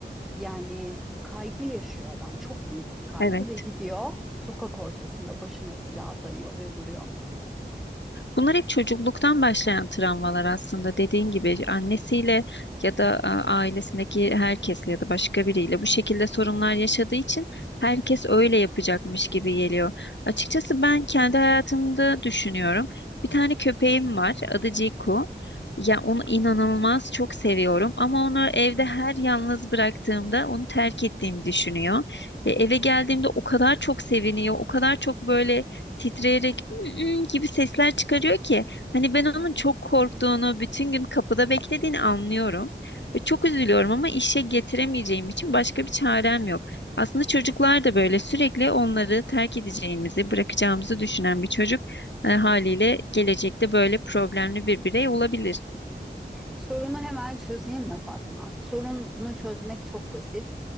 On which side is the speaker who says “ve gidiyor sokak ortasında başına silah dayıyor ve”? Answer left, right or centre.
Centre